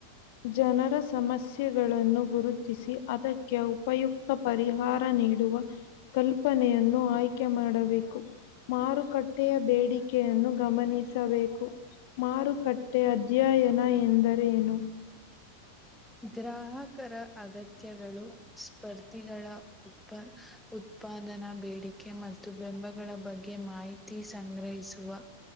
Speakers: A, on the left; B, in the centre.
A: ಜನರ ಸಮಸ್ಯೆಗಳನ್ನು ಗುರುತಿಸಿ ಅದಕ್ಕೆ ಉಪಯುಕ್ತ ಪರಿಹಾರ ನೀಡುವ ಕಲ್ಪನೆಯನ್ನು ಆಯ್ಕೆ ಮಾಡಬೇಕು. ಮಾರುಕಟ್ಟೆಯ ಬೇಡಿ ಕೆಯನ್ನು ಗಮನಿಸಬೇಕು ಮಾರುಕಟ್ಟೆ ಅಧ್ಯಯನ ಎಂದರೆ ಏನು?
B: ಗ್ರಾಹಕರ ಅಗತ್ಯಗಳು ಸ್ಪರ್ಧಿಗಳ ಉಪ ಉತ್ಪಾದನಾ ಬೇಡಿಕೆ ಮತ್ತು ಬೆಂಬಗಳ ಬಗ್ಗೆ ಮಾಹಿತಿ. <unintelligible> ಸಂಗ್ರಹಿಸುವ